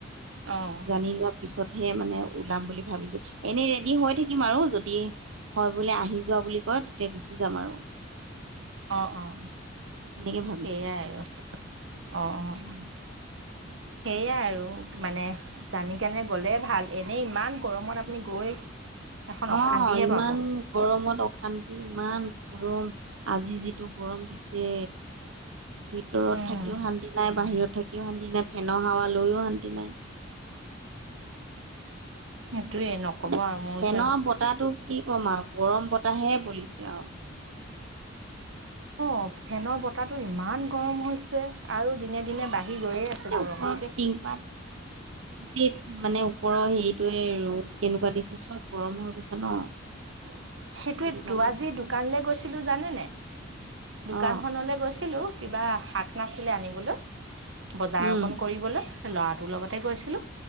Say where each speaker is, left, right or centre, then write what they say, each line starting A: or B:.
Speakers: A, on the right (about 75°); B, on the right (about 90°).
A: অ
B: জানি লোৱা পিছতহে মানে ওলাম বুলি ভাবিছো, এনে ৰেডি হৈ থাকিম আৰু যদি হয় বোলে আহি যোৱা বুলি কয় তেতিয়া গুচি যাম আৰু।
A: <unintelligible> অ', অ'।
B: সেনেকে ভাবিছো।
A: সেইয়াই আৰু, অ', অ'।
B: উম
A: সেইয়াই আৰু মানে জানি কেনে গ'লে ভাল। এনেই ইমান গৰমত আপুনি গৈ এখন
B: অ',
A: অশান্তিহে
B: ইমান
A: পাব
B: গৰমত অ অশান্তি ইমান গৰম, আজি যিটো গৰম দিছে। ভিতৰত
A: উম,
B: থাকিও শান্তি নাই, বাহিৰত থাকিও শান্তি নাই, ফেনৰ হাৱা লৈও শান্তি নাই।
A: সেইটোয়ে নক'ব
B: মানে
A: আৰু মোৰতো
B: ফেনৰ বতাহটো কি কম আৰু গৰম বতাহে বলিছে আৰু।
A: অ', ফেনৰ বতাহটো ইমান গৰম হৈছে, আৰু দিনে দিনে দিনে বাঢ়ি গৈয়ে
B: আচলতে
A: আছে গৰমটো
B: ওপৰত
A: দেই।
B: টিংপাত গোটেই, মানে ওপৰৰ হেৰিটোয়ে ৰ'দ কেনেকুৱা দিছে, চাব গৰম হৈ গৈছে ন!
A: <unintelligible> সেইটোৱেতো
B: সেইটো কাৰণে
A: আজি
B: চাগে
A: দোকানলে গৈছিলো জানেনে? দোকানখনলে
B: অ
A: গৈছিলো কিবা শাক নাছিলে আনিবলৈ, বজাৰ
B: উম
A: অকন কৰিবলৈ। ল'ৰাটোৰ লগতে গৈছিলো,